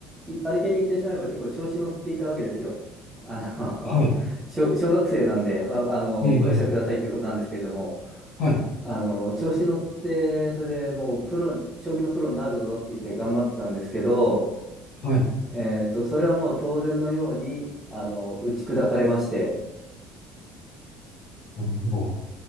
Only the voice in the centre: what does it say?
いありていに言ってしまえば結構調子乗っていたわけですよ。あの、
<laughs> 小、小学生なんで、まあ、あの、
ご容赦くださいということなんですけれども。
あの、調子乗って、それでもうプロ、将棋のプロになるぞって言って頑張ってたんですけど、
えっと、それはもう当然のように、あの、打ち砕かれまして、